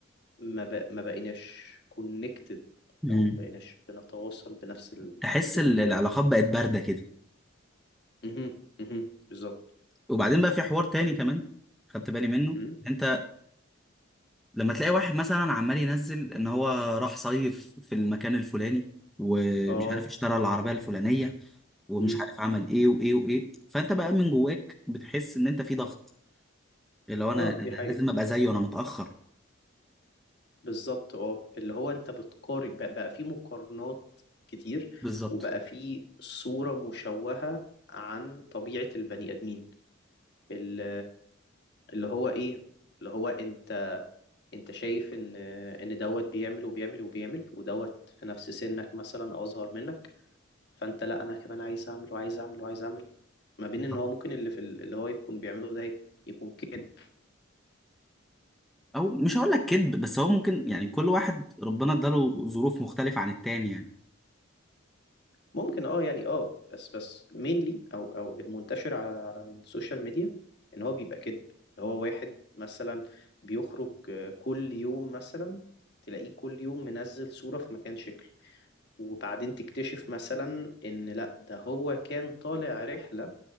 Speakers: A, on the left; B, in the centre.
A: ما بق... ما بقيناش كونكتد
B: مم.
A: او ما بقيناش بنتواصل بنفس
B: تحس
A: الليفل
B: ال- العلاقات بقت بارده كده
A: مهم. مهم. بالظبط
B: وبعدين بقى في حوار تاني كمان خدت بالي منه
A: مم.
B: انت لما تلاقي واحد مثلا عمال ينزل ان هو راح صيف في المكان الفلاني ومش
A: اه
B: عارف اشترى العربيه الفلانيه ومش
A: مم.
B: عارف عمل ايه وايه وايه فانت بقى من جواك بتحس ان انت في ضغط اللي هو انا
A: اه
B: أنا
A: دي حقيقة
B: لازم ابقى زيه انا متاخر
A: بالظبط اه اللي هو انت بتقارن بقى, بقى في مقارنات كتير
B: بالظبط
A: وبقى في صورة مشوهة عن طبيعة البني آدمين ال- اللي هو ايه اللي هو انت انت شايف ان ان دوت بيعمل وبيعمل وبيعمل ودوت في نفس سنك مثلا او اصغر منك فانت لا انا كمان عايز اعمل وعايز اعمل وعايز اعمل ما بين
B: بالظبط.
A: ان هو ممكن اللي في ال- اللي هو يكون بيعمله ده يكون كده
B: او مش هقول لك كذب بس هو ممكن يعني كل واحد ربنا اداله ظروف مختلفه عن التاني يعني
A: ممكن اه يعني اه بس بس مينلي او او المنتشر على على السوشيال ميديا ان هو بيبقى كده هو واحد مثلا بيخرج آه، كل يوم مثلا تلاقيه كل يوم منزل صورة في مكان شكل وبعدين تكتشف مثلا ان لا ده هو كان طالع رحلة